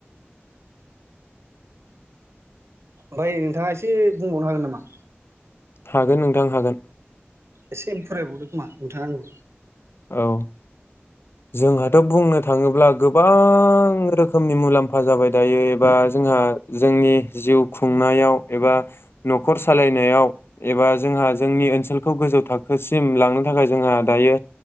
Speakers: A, on the right (about 80°); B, on the left (about 60°).
A: ओमफाय नोंथाङा एसे बुंबावनो हागोन नामा।
B: हागोन नोंथां हागोन।
A: एसे फोरमायबावदो खोमा नोंथां।
B: औ जोंहाथ बुंनो थाङोब्ला गोबां रोखोमनि मुलाम्फा जाबाय दायो एबा जोंहा जोंनि जिउ खुंनायाव एबा नखर सालायनायाव एबा जोंहा जोंनि ओनसोलखौ गोजौ थाखोसिम लांनो थाखाय जोंहा दायो।